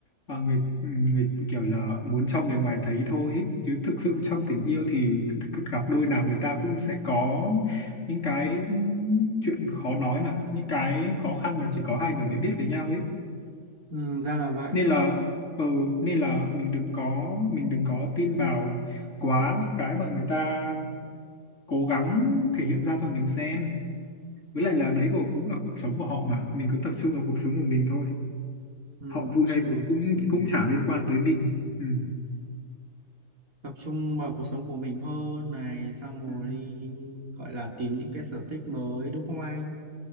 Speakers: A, on the left; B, on the right.
A: mà người người kiểu là muốn cho người ngoài thấy thôi ấy. chứ thực sự trong tình yêu thì gặp đôi nào người ta cũng sẽ có những cái ừm, chuyện khó nói mà những cái khó khăn mà chỉ có hai người mới biết với nhau ấy
B: ừ, ra là vậy
A: nên là ừ, nên là mình đừng có mình đừng có tin vào quá những cái mà người ta cố gắng thể hiện ra cho mình xem với lại là đấy của cũng là cuộc sống của họ mà mình cứ tập trung vào cuộc sống của mình thôi
B: ừ,
A: họ
B: tập
A: vui
B: trung
A: hay buồn
B: vào
A: cũng
B: cuộc sống
A: cũng
B: của mình
A: chả liên quan tới mình ừ.
B: tập trung vào cuộc sống của mình hơn này xong rồi
A: Ừ.
B: đi gọi là tìm những cái sở thích mới đúng không anh